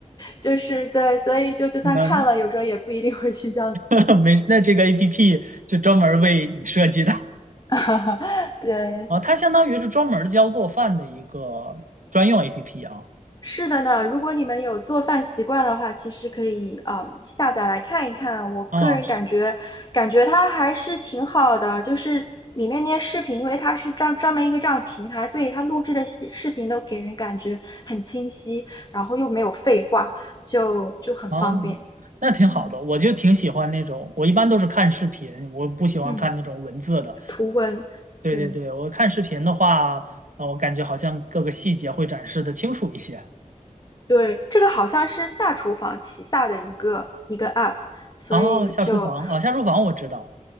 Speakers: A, on the left; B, on the right.
A: 就是对，所以就就算看了，
B: 那
A: 有时候也不一定会去这样子做。
B: <laughs> 没，那这个 APP 就专门儿为你设计的 <laughs>
A: <laughs> 对，
B: 啊，它相当于是专门儿教做饭的一个专用 APP 啊
A: 是的呢。如果你们有做饭习惯的话，其实可以啊、嗯下载来看一看啊。我个人感觉，
B: 啊
A: 感觉它还是挺好的，就是里面那些视频，因为它是专专门一个这样的平台，所以它录制的视视频都给人感觉很清晰，然后又没有废话，就就很方便。
B: 啊，那挺好的，
A: 嗯
B: 我就挺喜欢那种，我一般都是看视频，我不喜欢看那种文字的，
A: 嗯，图文，
B: 对对对，
A: 对。
B: 我看视频的话，呃我感觉好像各个细节会展示的清楚一些。
A: 对，这个好像是下厨房旗下的一个一个 app，所以就
B: 啊。下厨房，啊，下厨房我知道。